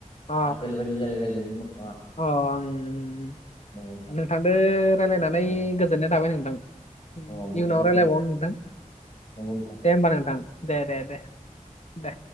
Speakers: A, on the left; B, on the left.
A: अ
B: आपेल बायदि जालायलायदोंमोन मोखाङा
A: अ आं
B: नंगौ नोंथां
A: नोंथांदो रायज्लायनानै
B: औ
A: गोजोननाय थाबाय नोंथां
B: अ गोजोननाय
A: इयुनाव रायलायबावनो
B: थाबाय
A: नोंथां
B: नंगौ नोंथां
A: दे होमबा नोंथां दे दे दे दे